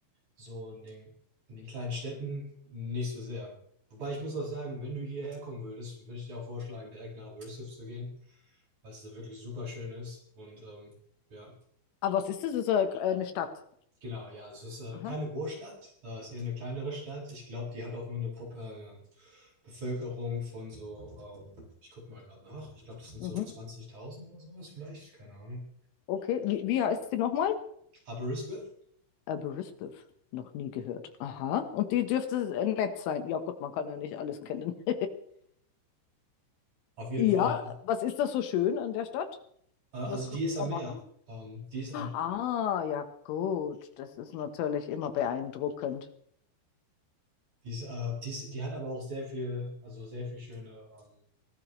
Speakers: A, on the right; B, on the left.
A: so in den, in den kleinen Städten nicht so sehr. Wobei ich muss auch sagen, wenn du hierher kommen würdest, würde ich dir auch vorschlagen, direkt nach Aberystwyth zu gehen, weil es da wirklich super schön ist und ähm, ja,
B: Aber was ist das? Das ist eine, eine Stadt.
A: Genau, ja, es ist äh,
B: Aha.
A: keine Großstadt, äh, es ist eher eine kleinere Stadt. Ich glaube, die hat auch nur eine, Pop äh, eine Bevölkerung von so, ähm, ich gucke mal gerade nach, ich glaube, das sind
B: Mhm.
A: so 20.000 oder sowas vielleicht, keine Ahnung.
B: Okay. Wie, wie heißt die nochmal?
A: 13.000. Aberystwyth,
B: Äh, Brisbane. Noch nie gehört. Aha. Und die dürfte äh, nett sein. Ja gut, man kann ja nicht alles kennen. <laughs>
A: auf jeden
B: Ja,
A: Fall.
B: was ist das so schön an der Stadt?
A: Äh, äh, also
B: Was kann
A: die ist
B: man
A: am
B: da
A: Meer.
B: machen?
A: Ähm, die ist am,
B: Ah, ja gut. Das ist natürlich immer beeindruckend.
A: die ist, äh, die ist, die hat aber auch sehr viel, also sehr viel schöne, ähm,